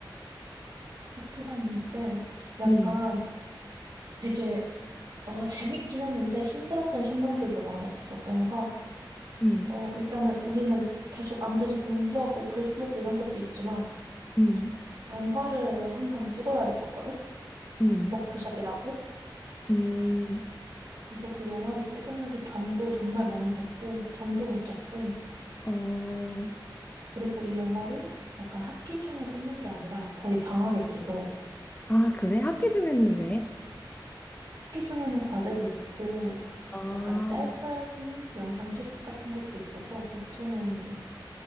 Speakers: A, on the right; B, on the left.
A: 학교 다닐 때 약간
B: 음,
A: 되게, 어, 재밌긴 했는데 힘들었던 순간들도 많았어. 뭔가,
B: 음,
A: 어, 일단은 우리는 계속 앉아서 공부하고 글 쓰고 이런 것도 있지만,
B: 음,
A: 영화를 항상 찍어야 됐었거든?
B: 음,
A: 워크숍이라고.
B: 음,
A: 그래서 그 영화를 찍으면서 밤도 정말 많이 샜고, 잠도 못 잤고,
B: 어,
A: 그리고 이 영화를 약간 학기 중에 찍는 게 아니라 거의 방학에 찍어.
B: 아, 그래? 학기 중에는 왜?
A: 학기 중에는 과제도 있고,
B: 아,
A: 약간 짧은 영상 실습 같은 것도 있어서 보통은